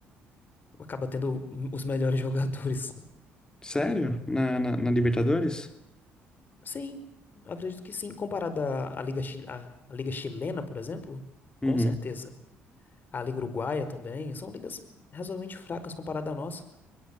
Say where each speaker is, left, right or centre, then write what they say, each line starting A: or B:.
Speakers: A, on the left (about 45°); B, on the left (about 20°).
A: acaba tendo os melhores <laughs> jogadores.
B: Sério? Na, na, na Libertadores?
A: Sim, acredito que sim. Comparado à à Liga, Chi- à, à Liga Chilena, por exemplo, com
B: Uhum.
A: certeza. A Liga Uruguaia também, são ligas razoavelmente fracas comparada à nossa.